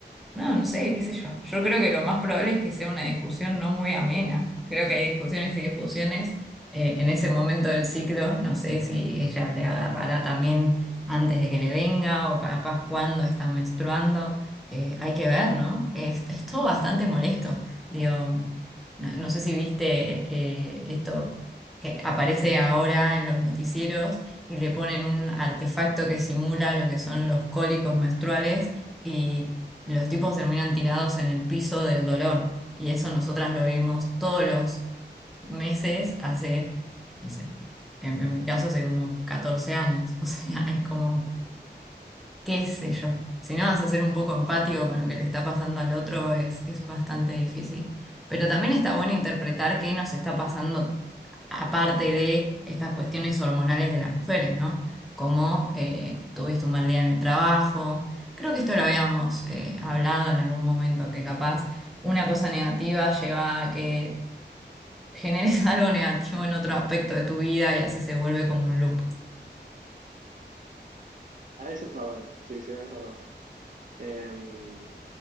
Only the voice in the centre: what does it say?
no, no sé, qué sé yo. Yo creo que lo más probable es que sea una discusión no muy amena. Creo que hay discusiones y discusiones eh, en ese momento del ciclo. No sé si ella le agarrará también antes de que le venga o capaz cuando está menstruando. Eh, hay que ver, ¿no? Es, es todo bastante molesto. Digo, no, no sé si viste eh, esto que aparece ahora en los noticieros y le ponen un artefacto que simula lo que son los cólicos menstruales y los tipos terminan tirados en el piso del dolor. Y eso nosotras lo vimos todos los meses hace, no sé, en, en mi caso hace como 14 años. <laughs> O sea, es como, qué sé yo. Si no vas a ser un poco empático con lo que le está pasando al otro, es, es bastante difícil. Pero también está bueno interpretar qué nos está pasando aparte de estas cuestiones hormonales de las mujeres, ¿no? Como eh, tuviste un mal día en el trabajo. Creo que esto lo habíamos eh, hablado en algún momento, que capaz una cosa negativa lleva a que generes <laughs> algo negativo en otro aspecto de tu vida y así se vuelve como un loop.